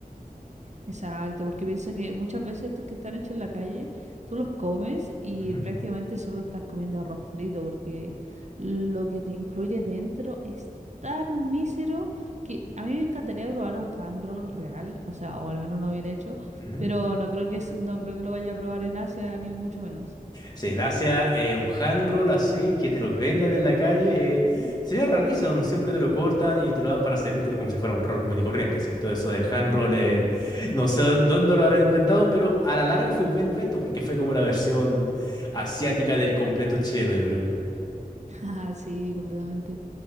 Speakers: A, on the right (about 50°); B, on the left (about 25°).
A: exacto, porque piensa que muchas veces estos que están hechos en la calle, tú los comes y
B: Ujú,
A: prácticamente solo estás comiendo arroz frito, porque lo que te incluye dentro es tan mísero que a mí me encantaría probar un hand roll real, o sea, o al menos uno bien hecho,
B: ujú.
A: pero no creo que, es- no creo que lo vaya a probar en Asia, ni mucho menos.
B: Sí, en Asia, eh, un hand roll así, que te lo vendan en la calle, eh,
A: Ujú.
B: sería rarísimo. Siempre te lo cortan y te lo dan para servírtelo como si fuera un roll común y corriente, ¿cierto? Eso del hand
A: Ujú,
B: roll, eh,
A: ujú.
B: no sé dónde lo habrán inventado, pero a la larga fue un buen invento porque fue como la versión asiática del completo chileno, yo creo.
A: <laughs> Ah, sí, completamente.